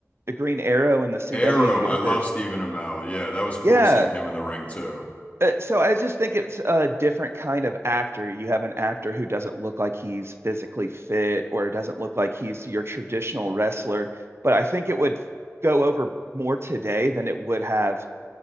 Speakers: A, on the right (about 55°); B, on the left (about 30°).
A: the Green Arrow in the CW
B: Arrow,
A: universe.
B: I love Stephen Amell. Yeah, that was cool
A: Yeah,
B: seeing him in the ring too.
A: Uh, So I just think it's a different kind of actor. You have an actor who doesn't look like he's physically fit or doesn't look like he's your traditional wrestler, but I think it would go over more today than it would have